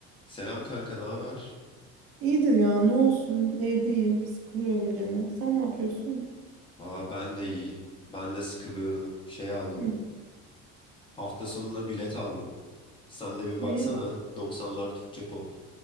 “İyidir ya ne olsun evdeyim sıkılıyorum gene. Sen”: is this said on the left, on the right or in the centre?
Right